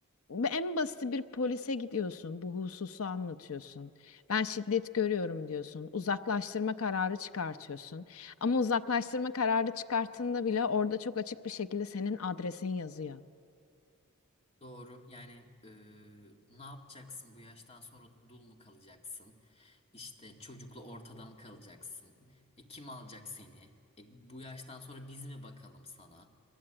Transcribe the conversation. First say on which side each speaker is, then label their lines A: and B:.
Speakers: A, on the left; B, on the left.
A: en basit bir polise gidiyorsun, bu hususu anlatıyorsun. Ben şiddet görüyorum diyorsun. Uzaklaştırma kararı çıkartıyorsun. Ama uzaklaştırma kararı çıkarttığında bile orada çok açık bir şekilde senin adresin yazıyor.
B: Doğru. Yani eee, ne yapacaksın bu yaştan sonra dul mu kalacaksın? İşte çocukla ortada mı kalacaksın? E, kim alacak seni? E, bu yaştan sonra biz mi bakalım sana?